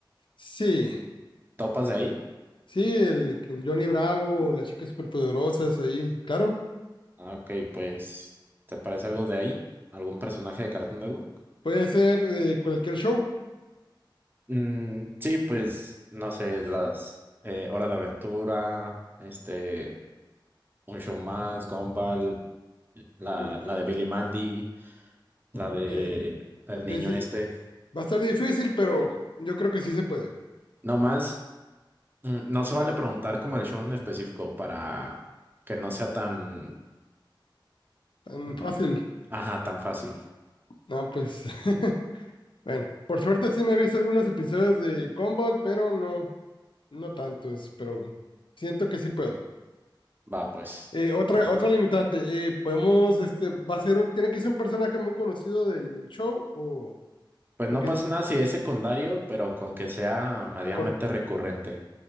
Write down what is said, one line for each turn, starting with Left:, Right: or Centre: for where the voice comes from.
Left: Sí,
Right: ¿Topas de ahí?
Left: sí, el, el Johnny Bravo, las chicas superpoderosas ahí, claro.
Right: Ah, ok, pues ¿te parece algo de ahí? ¿Algún personaje de Cartoon Network?
Left: Puede ser eh, cualquier show.
Right: Mm, sí, pues no sé, las eh, Hora de Aventura, este, Un Show Más, Gumball, la,
Left: Uf,
Right: la de Billy Mandy, la
Left: ok.
Right: de el
Left: Ok,
Right: niño
Left: sí,
Right: este.
Left: Va a estar difícil, pero yo creo que sí se puede.
Right: No más. Mm, No se vale preguntar como el show en específico para que no sea tan,
Left: Tan
Right: mm,
Left: fácil.
Right: ajá, tan fácil.
Left: No, pues. <laughs> Bueno, por suerte sí me he visto algunos episodios de Gumball, pero no, no tantos, pero siento que sí puedo.
Right: Va, pues,
Left: Eh, otra,
Right: tanto.
Left: otra limitante, eh, podemos, este, va a ser, un- tiene que ser un personaje muy conocido del, del show, o,
Right: Pues
Left: porque,
Right: no pasa nada si es secundario, pero con que sea medianamente
Left: con,
Right: recurrente.